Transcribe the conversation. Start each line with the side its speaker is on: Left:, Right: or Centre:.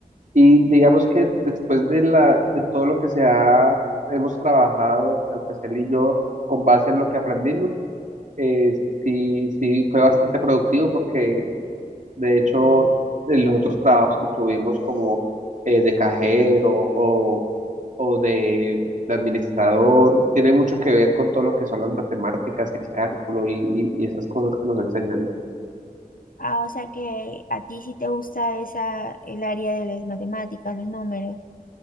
Right: Y digamos que después de la, de todo lo que se ha, hemos trabajado, eh, pues él y yo, con base en lo que aprendimos, eh, sí, sí fue bastante productivo porque de hecho en los otros trabajos que tuvimos como eh, de cajero o o de, de administrador, tiene mucho que ver con todo lo que son las matemáticas, el cálculo y, y- y esas cosas que nos enseñan.
Left: Ah, o sea que a ti sí te gusta esa, el área de las matemáticas, los números.